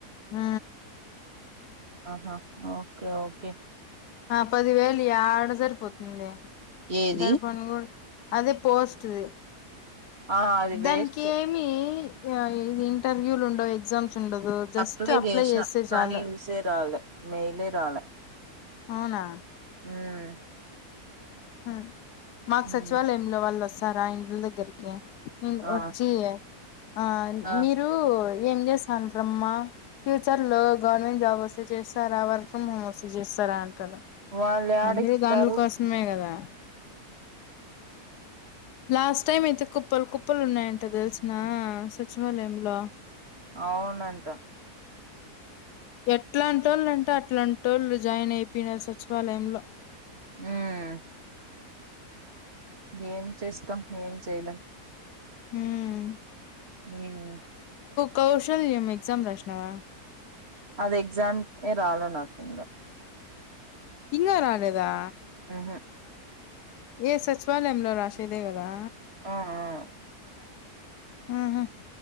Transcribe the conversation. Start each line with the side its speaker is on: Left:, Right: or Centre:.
Left: ఆ.
Right: ఆహా, ఓకే ఓకే.
Left: ఆ పదివేలు యాడ సరిపోతుంది,
Right: ఏది
Left: సరిపోన్ గూడా. అదే పోస్ట్ ది.,
Right: ఆ అది
Left: దాన్కెమి.
Right: వేస్ట్
Left: ఇగా ఇది ఇంటర్వ్యూలు ఉండవ్ ఎగ్జామ్స్. ఉండదు జస్ట్
Right: అప్లై జేసినా
Left: చేస్తే
Right: కానీ
Left: చాలు
Right: యూసే రాలె మెయిలే రాలే.
Left: అవునా.
Right: ఊమ్మ్.
Left: హ్మ్ మాకు
Right: ఉమ్
Left: సచివాలయంలో వాళ్ళస్తారా ఇండ్ల దగ్గరికి. ఊ
Right: ఆ
Left: వచ్చి, ఆ
Right: ఆ
Left: మీరు. ఏం జేస్తాంట్రమ్మా ఫ్యూచర్ లో గవర్నమెంట్ జాబ్ వస్తే చేస్తారా, వర్క్ ఫ్రమ్ హోమ్ వస్తే జెస్తారా అంట.
Right: వాళ్ళు యాడిస్తారు
Left: అందరూ దాండ్ల కోసమే గదా. లాస్ట్ టైమ్ అయితే కుప్పలు కుప్పలున్నాయంట దెల్సునా సచివాలయంలో.
Right: అవునంట.
Left: ఎట్లాంటోళ్లంటే అట్లాంటోళ్లు జాయిన్ అయిపోయినారు సచివాలయంలో.
Right: ఊహ్మ్మ్, ఏం చేస్తాం ఏం చేయలేం.
Left: హ్మ్.
Right: ఊమ్మ్.
Left: కౌశల్యం ఎగ్జామ్ రాస్నావా.
Right: అదెగ్జామ్ ఏ రాలే నాకుంగా.
Left: ఇంగా రాలేదా.
Right: ఊహు.
Left: ఏ సచివాలయంలో రాసేదే గదా.
Right: ఆఁ ఆ.
Left: ఆహా.